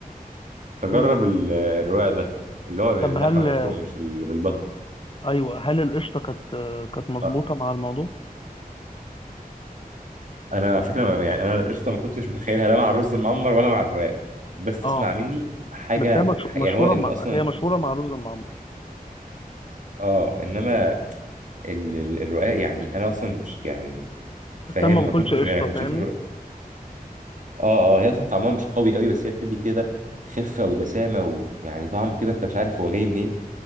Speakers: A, on the right; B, on the left.
A: فجرب
B: مم.
A: ال- الرواق ده اللي هو باللحمه
B: طب هل
A: المفرومه مش اللي بالبط
B: أيوه هل القشطة كانت كانت مظبوطة
A: آه،
B: مع الموضوع؟
A: انا على فكره ما- يعني انا القشطه ما كنتش متخيلها لا مع الرز المعمر ولا مع الرواق بس تسمع
B: آه
A: مني حاجه
B: بس هي مش-
A: يعني
B: مشهورة
A: هو ال-
B: مع
A: اصلا
B: هي مشهورة مع رز المعمر
A: اه انما ال- ال- الرقاق يعني انا اصلا مش- يعني فاهم
B: بس أنا ما باكلش
A: ما كنتش
B: قشطة
A: يعني كنت
B: فاهمني؟
A: شايف اه اه هي اصلا طعمها مش قوي قوي بس هي بتدي كده خفه ودسامه ويعني طعم كده انت مش عارف هو جاي منين